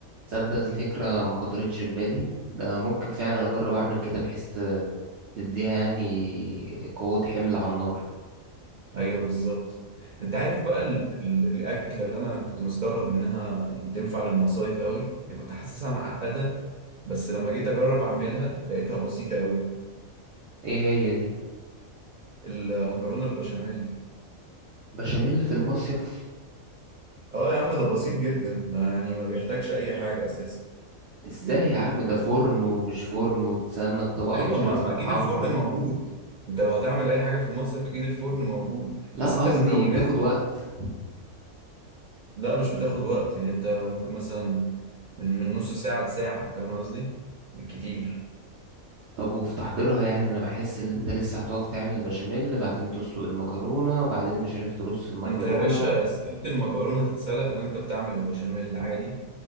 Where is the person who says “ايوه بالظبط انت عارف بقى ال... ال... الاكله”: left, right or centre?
Right